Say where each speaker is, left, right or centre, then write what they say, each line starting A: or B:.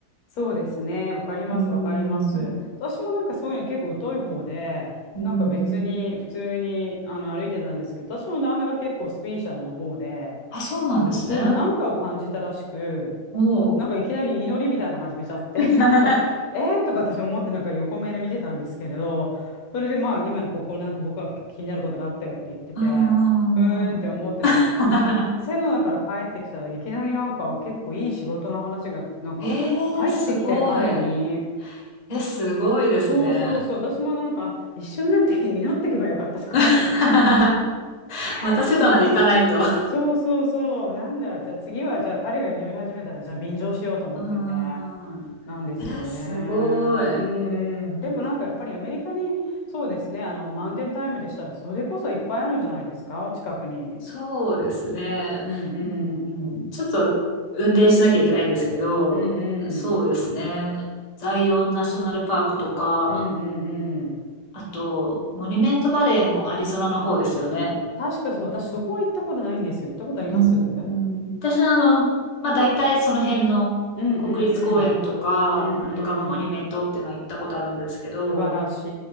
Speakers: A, on the left; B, on the left.
A: そうですね。わかります、
B: うーん。
A: わかります。私もなんかそういうの結構疎い方で、
B: うーん。
A: なんか別に普通にあの歩いてたんですけど、私の旦那が結構スピリチュアルな方で、
B: あ、そうなんですね。
A: そう、なんかを感じたらしく、
B: おう。
A: なんかいきなり祈りみたいなの始めちゃって、
B: <laughs>
A: <laughs> なんか、えー、とか私思ってなんか横目で見てたんですけれど、それでまあ今のここなんか僕は気になることがあったよって言ってて、
B: うんうんうんうん。
A: うーんって思ってたら、
B: <laughs>
A: あの、セドナから帰ってきたらいきなりなんか結構いい仕事の話がなんか入ってきて彼に、
B: えー、すごい。え、すごいですね。
A: そうそうそう、私もなんか一緒になって祈ってけばよかったとか思って、
B: <laughs>
A: <laughs>
B: またセドナ行かないと。
A: しまっそうそうそう。なんだ。じゃあ次は、じゃあ彼が祈り始めたら、じゃあ便乗しようと思ってて。
B: うんうんうん。
A: なんですよね。
B: えー、すごい。
A: うんうん。でもなんかやっぱりアメリカに、そうですね。あの、マウンテンタイムでしたら、それこそいっぱいあるんじゃないですか、お近くに。
B: そうですね。
A: うんうん。
B: うん。ちょっと運転しなきゃいけないんですけど、
A: うんうん。
B: そうですね。ザイオンナショナルパークとか、
A: うんうんうん。
B: あと、モニュメントバレーもアリゾナの方ですよね。
A: 確かそう、私そこは行ったことないんですよ。行ったことありますうん
B: うん、うん、私はあの、まあ、大体その辺の国立公園とか、
A: うんうん。うんうん。
B: なんとかモニュメントっていうのは行ったことあるんですけど、
A: 素晴らし